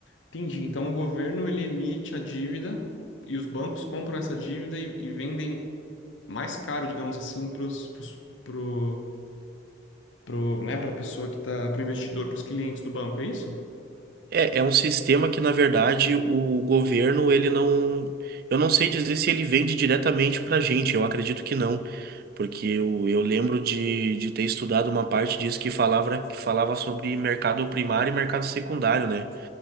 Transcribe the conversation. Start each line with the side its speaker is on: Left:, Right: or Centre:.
Left: Entendi. Então o governo ele emite a dívida e os bancos compram essa dívida e, e vendem mais caro, digamos assim, para os pro, pro, né, para a pessoa que tá, para o investidor, para os clientes do banco, é isso?
Right: É, é um sistema que, na verdade, o governo, ele não. Eu não sei dizer se ele vende diretamente pra gente, eu acredito que não. Porque eu, eu lembro de, de ter estudado uma parte disso que falava, que falava sobre mercado primário e mercado secundário, né?